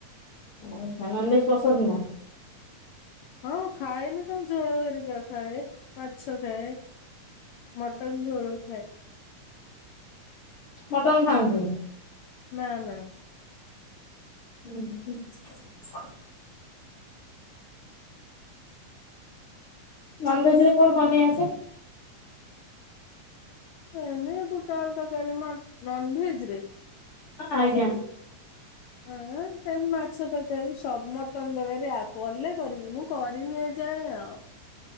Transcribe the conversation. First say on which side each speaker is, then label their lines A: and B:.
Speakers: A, on the left; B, on the left.
A: ଆ ନନ୍ ଭେଜ୍ ପସନ୍ଦ ନୁହଁ?
B: ହଁ ଖାଏନି କଣ ଝୋଳ ହରିକା ଖାଏ ମାଛ ଖାଏ। ମଟନ୍ ଝୋଳ ଖାଏ।
A: ମଟନ ଖାଆନ୍ତୁନି।
B: ନାଁ ନା।
A: ହୁଁ ହଁ। ନନ ଭେଜ୍ ରେ କଣ ବନେଇ ଆସେ?
B: ଏମ ବୁଟା ଆଳୁ ତରକାରି ନନଭେଜ ରେ
A: ହଁ ଆଜ୍ଞା।
B: ହଁ ସେମିତି ମାଛ ତରକାରି ସବ ମଟନ ତରକାରି ଆଉ କଲେ କରିବି ମୁଁ କରିନି। ସେ ଆଉ।